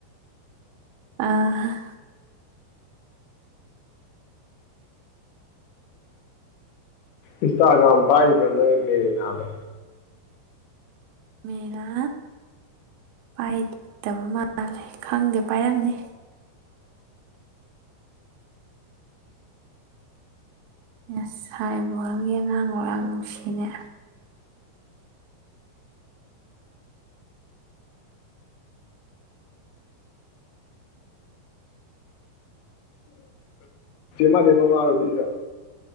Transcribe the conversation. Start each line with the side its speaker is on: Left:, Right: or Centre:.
Right: ꯑ
Left: ꯏꯟꯁꯇꯒ꯭ꯔꯝ ꯄꯥꯏ ꯏꯃꯦꯗꯅꯗꯣ
Right: ꯃꯦꯂꯥ ꯄꯥꯏꯗꯕ ꯃꯥꯜꯂꯦ ꯈꯪꯗꯦ ꯄꯥꯏꯔꯝꯅꯤ ꯑꯦꯁꯥꯏ ꯕꯣꯜꯒꯤ ꯑꯉꯥꯡ ꯑꯣꯏꯔꯥꯡ ꯅꯨꯡꯁꯤꯅꯦ
Left: ꯃꯅꯦꯃꯣ ꯃꯥꯔꯖꯤꯁ